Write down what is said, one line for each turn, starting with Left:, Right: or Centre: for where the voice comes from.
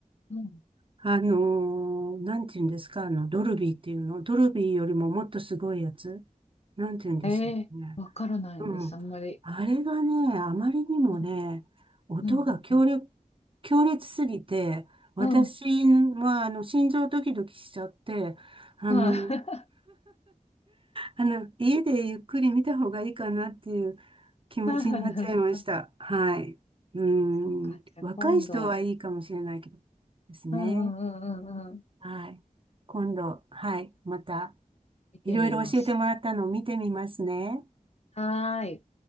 Left: うん。
Right: あの、なんて言うんですか、あの、ドルビーっていうの、ドルビーよりももっとすごいやつ、なんて言うんですかね。
Left: ええ、わからないんです。
Right: うん。
Left: あんまり
Right: あれがね、
Left: 聞かないんで。
Right: あまりにもね、
Left: うん、
Right: 音が強烈、
Left: うん、うん、
Right: 強烈すぎて、私
Left: うん。うん。
Right: は、あの、心臓ドキドキしちゃって、あの、
Left: はい。
Right: あの、家でゆっくり見た方がいいかなっていう
Left: <laughs>
Right: 気持ちになっちゃいました。
Left: なるほど。
Right: はい。うん。
Left: そそっか。じゃあ今度。
Right: 若い人はいいかもしれないけどですね。
Left: うん、うん、うん、うん。うん
Right: はい。今度、はい。また、
Left: 見てみます。
Right: いろいろ教えてもらったのを見てみますね。
Left: はーい。